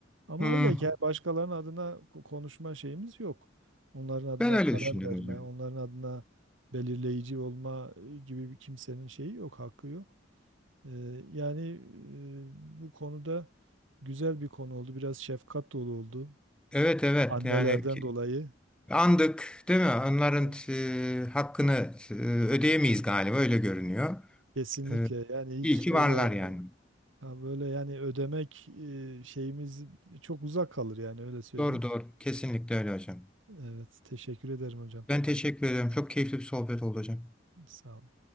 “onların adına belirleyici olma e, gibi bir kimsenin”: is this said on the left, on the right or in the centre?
Right